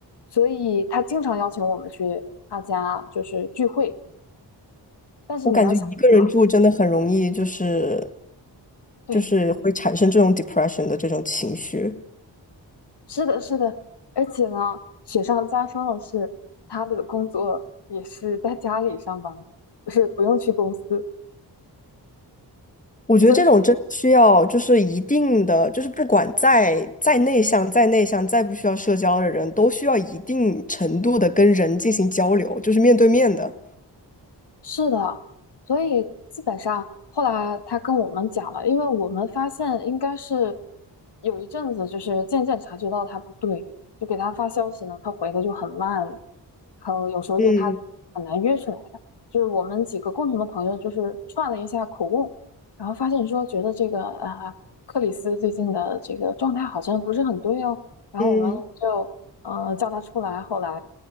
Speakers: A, on the left; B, on the left.
A: 所以他经常邀请我们去他家就是聚会，但是你能想象吗？
B: 我感觉一个人住真的很容易，就是
A: 对，
B: 就是会产生这种 depression 的这种情绪。
A: 是的，是的，而且呢，雪上加霜的是，他的工作也是在家里上班的，就是不用去公司。
B: 我觉得这种真需要就是一定的，
A: 所以。
B: 就是不管再再内向、再内向、再不需要社交的人，都需要一定程度的跟人进行交流，就是面对面的。
A: 是的，所以基本上后来他跟我们讲了，因为我们发现应该是有一阵子，就是渐渐察觉到他不对，就给他发消息呢，他回的就很慢，然后有时候约他很难约出来的。
B: 嗯
A: 就是我们几个共同的朋友，就是串了一下口供，然后发现说觉得这个啊、克里斯最近的这个状态好像不是很对哦，然后我们就呃叫他出来，
B: 嗯
A: 后来。